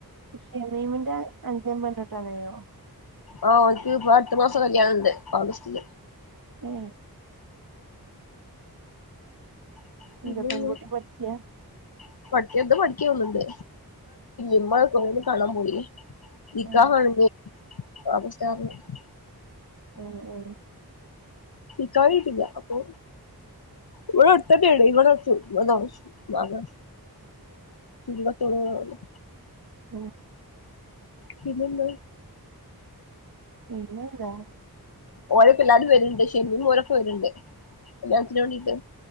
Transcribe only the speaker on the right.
ഷെമീമിന്റെ അഞ്ചൻ പെണ്ണട്ടാനായോ
ഉം
എന്താ പെൺകുട്ടി പഠിച്ചയാ
ഏ
ഉം ഉം
ഉഓ
പിന്നെന്താ